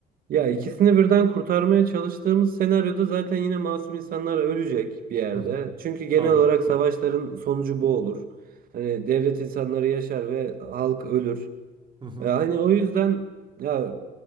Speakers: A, on the right; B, on the right.
A: Ya ikisini birden kurtarmaya çalıştığımız senaryoda zaten yine masum insanlar ölecek bir yerde.
B: Hı hı.
A: Çünkü genel
B: Tabii.
A: olarak savaşların sonucu bu olur. Hani devlet insanları yaşar ve halk ölür.
B: Hı hı.
A: E, hani o yüzden ya